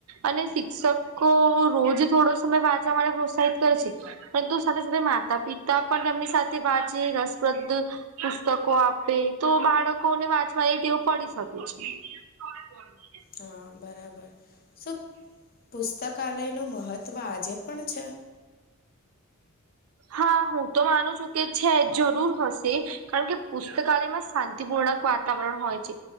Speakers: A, on the right (about 65°); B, on the left (about 40°).
A: અને શિક્ષકો રોજ થોડો સમય વાંચવા માટે પ્રોત્સાહિત કરે છે. પરંતુ સાથે સાથે માતા પિતા પણ તેમની સાથે વાચે રસપ્રદ. પુસ્તકો આપે તો બાળકોને વાંચવા એ ટેવ પડી શકે છે. <inaudible>
B: હા બરાબર <unintelligible> પુસ્તકાલયનું મહત્ત્વ આજે પણ છે.
A: હા હું તો માનું છું કે છે જરૂર હશે. કારણ કે પુસ્તકાલયમાં શાંતિપૂર્ણક વાતાવરણ હોય છે.